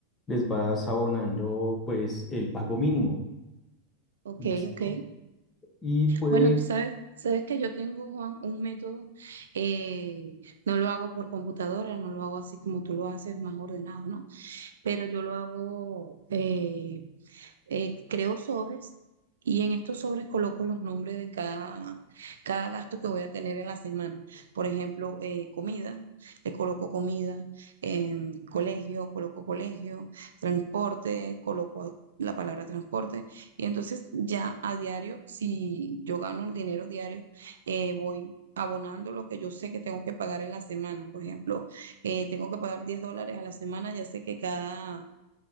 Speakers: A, on the left (about 20°); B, on the right (about 65°).
A: les vas abonando pues el pago mínimo.
B: Ok,
A: Listo.
B: ok. ok.
A: Y pues
B: Bueno, tú sabes, sabes que yo tengo, Juan, un método, eh, no lo hago por computadora, no lo hago así como tú lo haces, más ordenado, ¿no? Pero yo lo hago, eh, eh, creo sobres y en estos sobres coloco los nombres de cada, cada gasto que voy a tener en la semana. Por ejemplo, eh, comida, le coloco comida, eh, colegio, coloco colegio, transporte, coloco la palabra transporte. Y entonces ya a diario, si yo gano el dinero diario, eh, voy abonando lo que yo sé que tengo que pagar en la semana. Por ejemplo, eh, tengo que pagar 10 dólares a la semana, ya sé que cada,